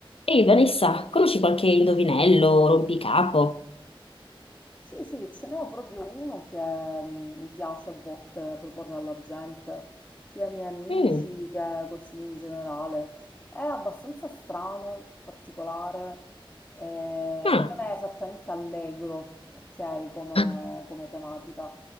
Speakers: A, on the left (about 85°); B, on the left (about 15°).
A: Ehi Vanessa, conosci qualche indovinello, rompicapo?
B: Sì, sì, ce n'ho proprio uno che mm, mi piace a volte proporre alla gente, sia ai miei amici
A: Mm.
B: che così in generale. È abbastanza strano, particolare eh,
A: Ah,
B: e non è esattamente allegro, ok, come,
A: <laughs>
B: come tematica.